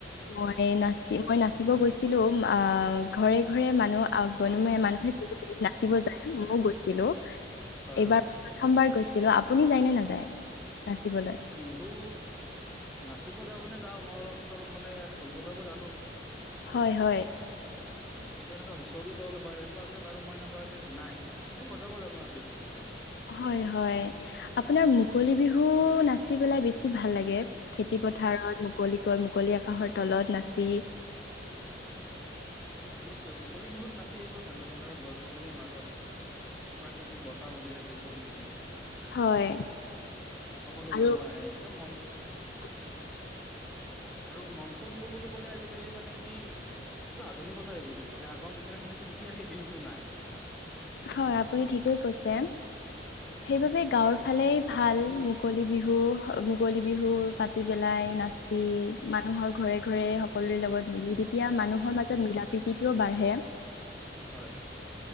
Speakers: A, on the left (about 65°); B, in the centre.
A: মই না মই নাচিব গৈছিলো ঘৰে ঘৰে মানুহ মানুহে নাচিব যায় মইও গৈছিলো।
B: হয়
A: এইবাৰ
B: হয়
A: প্ৰথমবাৰ গৈছিলো আপুনি যায় নে নাযায়? নাচিবলৈ?
B: বিহু নাচিব যাব নে যাওঁ। মই অলপ চ অলপ মানে ঢোল বজাব জানো।
A: হয় হয়।
B: এইটো এনেকুৱা হুঁচৰি দল বা এনেকুৱাকে বাৰু মই এনেকুৱাকে নাই এনে বজাব জানো আৰু এইটো এনেকুৱা।
A: হয় হয় আপোনাৰ মুকলি বিহু নাচি পেলাই বেছি ভাল লাগে? খেতি পথাৰত মুকলিকৈ মুকলি আকাশৰ তলত নাচি।
B: হয় নিশ্চয় মুকলি বিহুত নাচি এইটো ভাল লাগে কাৰণ গছ গছনিৰ মাজত। প্ৰাকৃতিক বঁতাহ বুলি থাকে একদম ধুনীয়া।
A: হয়
B: সকলো
A: আৰু
B: মানুহ আহে সটো মন।
A: <inaudible>
B: আৰু মঞ্চ বিহু বুলি ক'লে আজিকালি মানে কি অল আধুনিকতা হৈ গৈছে সেই আগৰ নিচিনা মানে সুকীয়া সেই বিহুটো নাই।
A: হয় আপুনি ঠিকেই কৈছে। সেইবাবে গাঁৱৰ ফালে ভাল মুকলি বিহু মুকলি বিহু পাতি পেলাই। মানুহৰ ঘৰে ঘৰে সকলোৰে লগত মিল তেতিয়া মানুহৰ মাজত মিলা প্ৰীতিও বা বাঢ়ে।
B: হয়।